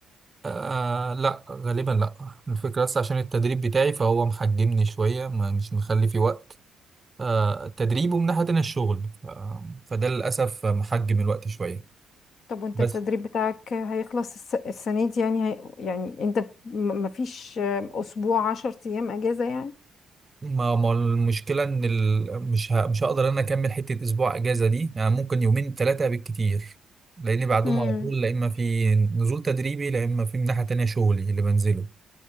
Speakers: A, on the right (about 25°); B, on the left (about 65°).
A: آه لا غالبا لا الفكرة بس عشان التدريب بتاعي فهو محجمني شوية ما- مش مخلي في وقت آه التدريب ومن ناحية تانية الشغل آه فده للأسف محجم الوقت شوية
B: طب وانت
A: بس
B: التدريب بتاعك هيخلص الس... السنة دي يعني هي... يعني انت م- مفيش اسبوع عشر ايام اجازة يعني
A: ما ما المشكلة إن ال... مش ه... مش هقدر أنا أكمل حتة أسبوع أجازة دي يعني ممكن يومين ثلاثة بالكتير لأن بعدهم
B: امم
A: على طول لا إما في نزول تدريبي لا إما في من ناحية تانية شغلي اللي بنزله